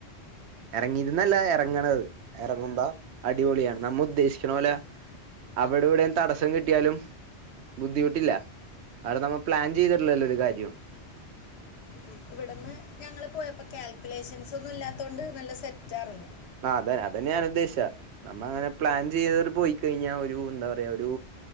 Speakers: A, on the right; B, on the left.
A: ഇറങ്ങിയര്ന്നല്ല ഇറങ്ങണത് ഇറങ്ങുമ്പോ അടിപൊളിയാണ്. നമ്മ ഉദ്ദേശിക്ക്ണ പോലെ- അവടെ ഇവടേം തടസ്സം കിട്ടിയാലും. ബുദ്ധിമുട്ടില്ല. അത് നമ്മൾ പ്ലാൻ ചെയ്തിട്ട്ല്ലല്ലോ ഒരു കാര്യോം.
B: ഇന്ക്ക് ഇവടന്ന് ഞങ്ങള് പോയപ്പോ കാൽക്കുലേഷൻസ് ഒന്നും ഇല്ലാത്തോണ്ട് നല്ല സെറ്റാർന്നു.
A: ആഹ് അതെ അതന്നെ ഞാൻ ഉദ്ദേശിച്ചേ നമ്മൾ അങ്ങനെ പ്ലാൻ ചെയ്യാതെ പോയി കഴിഞ്ഞാ ഒരു എന്താ പറയാ ഒരു